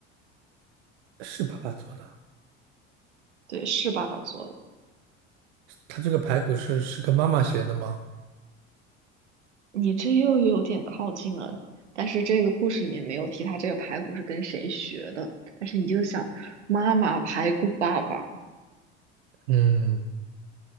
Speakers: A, on the right (about 70°); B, on the right (about 85°).
A: 是爸爸做的？
B: 对，是爸爸做的。
A: 他这个排骨是是跟妈妈学的吗？
B: 你这又有点靠近了，但是这个故事里面没有提他这个排骨是跟谁学的，但是你就想妈妈排骨爸爸，
A: 嗯，